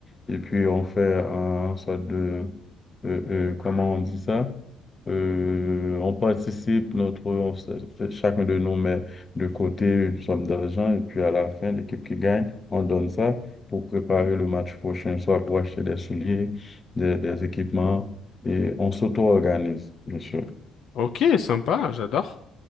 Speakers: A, on the left; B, on the left.
A: et puis on fait un sorte de, euh, euh, comment on dit ça? Euh, on participe, notre, on s- euh, chacun de nous met de côté une somme d'argent et puis à la fin, l'équipe qui gagne, on donne ça pour préparer le match prochain, soit pour acheter des souliers, des, des équipements et on s'auto-organise, bien sûr.
B: Ok, sympa, j'adore.